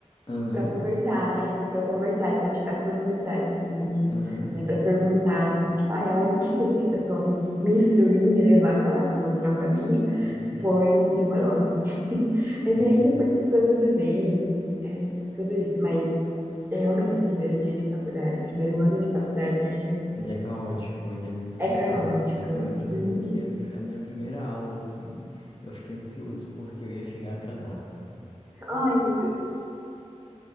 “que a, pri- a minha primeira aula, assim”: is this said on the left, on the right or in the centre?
Left